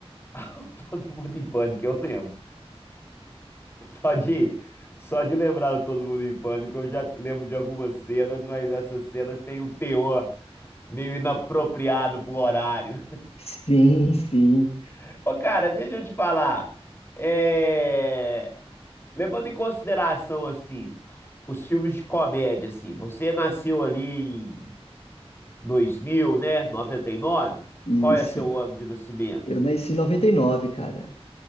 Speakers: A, on the left (about 20°); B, on the left (about 70°).
A: Ah, o Todo mundo em pânico, eu lembro. Só de, só de lembrar do Todo Mundo em Pânico, eu já lembro de algumas cenas, mas essas cenas têm um teor meio inapropriado pro horário.
B: <laughs> Sim, sim,
A: <laughs> Ô, cara, deixa eu te falar. É, Levando em consideração, assim, os filmes de comédia, assim, você nasceu ali em 2000, né? noventa e nove?
B: isso.
A: Qual é seu ano de nascimento?
B: Eu nasci em 99, cara.